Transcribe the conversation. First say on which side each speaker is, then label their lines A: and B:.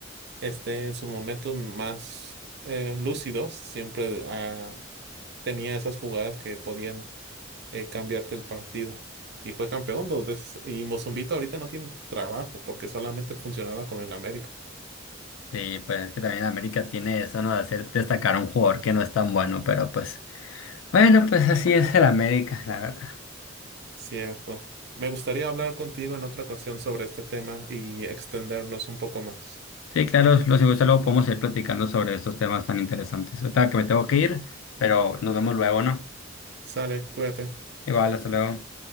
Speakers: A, on the right; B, on the left.
A: este, en sus momentos más eh, lúcidos siempre ah, tenía esas jugadas que podían eh, cambiarte el partido. Y fue campeón dos veces. Y Mozumbito ahorita no tiene trabajo porque solamente funcionaba con el América.
B: Sí, pues es que también América tiene eso, ¿no? De hacer destacar a un jugador que no es tan bueno, pero pues, bueno, pues así es el América, la verdad.
A: Cierto. Me gustaría hablar contigo en otra ocasión sobre este tema y extendernos un poco más.
B: Sí, claro, los si gusta luego podemos ir platicando sobre estos temas tan interesantes. Ahorita que me tengo que ir, pero nos vemos luego, ¿no?
A: Sale, cuídate.
B: Igual, hasta luego.